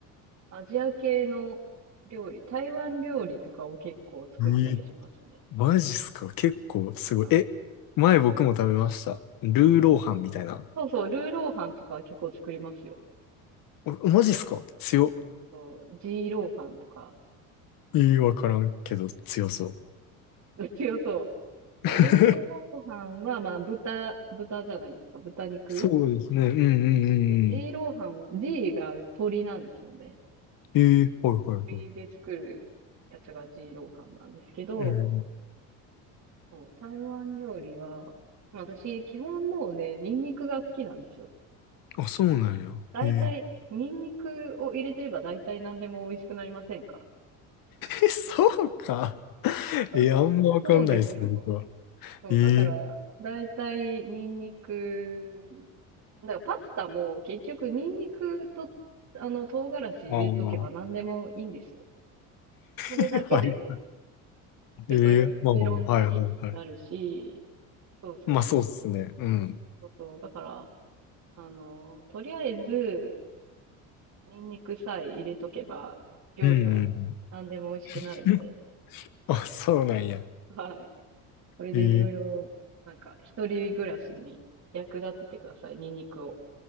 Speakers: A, on the right; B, on the left.
A: アジア系の料理、台湾料理とかを結構作ったりしますね。
B: えーマジっすか結構すごい。
A: なんか、
B: え、前僕も食べました。ルーローハンみたいな。
A: そうそう、ルーローハンとかは結構作りますよ。
B: おマジっすか強。
A: そう、ジーローハンとか。
B: いい、わからんけど強そう。
A: <laughs> 強そう。そうルーローハンは、
B: <laughs>
A: まあ、豚、豚じゃないですか。豚肉。
B: そうですね。うんうんうんうん。
A: で、ジーローハンは、ジーが鶏なんですよね。
B: えーはいはいはい。
A: 鶏で作るやつがジーローハンなんですけど、
B: うん。
A: そう台湾料理は、まあ私、基本もうね、ニンニクが好きなんですよ。
B: あ、そうなんや。
A: 大体、
B: ええ
A: ニンニクを入れてれば大体何でも美味しくなりませんか
B: え、そうか。
A: <laughs>
B: え、あんまわかんないですね、
A: そうですよ。
B: 僕は。
A: そう、
B: えー、
A: だから、だいたいニンニクだからパスタも結局ニンニクと、あの、唐辛子入れとけば何でもいいんですよ。
B: ああ、
A: それだけでも
B: えはい。
A: ペペロ、
B: えー、
A: ペペロンチーノになるし、
B: まあまあ、はいはいはい。
A: そうそ
B: まあ、そうっすね。うん。
A: う、そうそう。だから、あの、とりあえずニンニクさえ入れとけば料理は何でも美味しくなるんで、
B: うんうん。<laughs> あ、そうなんや。
A: はい。それでいろいろ、
B: えー、
A: なんか一人暮らしに役立ててください、ニンニクを。